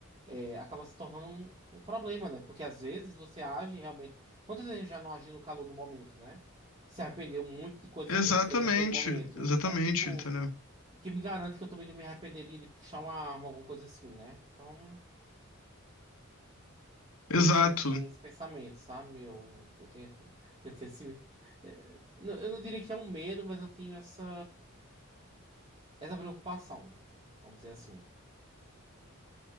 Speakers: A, on the right; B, on the left.
A: é, acaba se tornando um, um problema, né? Porque às vezes você age realmente. Quantas vezes a gente já não agiu no calor do momento, né? Se arrependeu muito de coisas
B: Exatamente,
A: que a gente fez naquele momento.
B: exatamente,
A: Então, tipo,
B: entendeu?
A: o que me garante que eu também não me arrependeria de puxar uma arma, alguma coisa assim, né? Então,
B: Exato.
A: tem esse, tem esse pensamento, sabe? meu eu tenho, <laughs> eu tenho esse. é, não- Eu não diria que é um medo, mas eu tenho essa, essa preocupação, vamos dizer assim.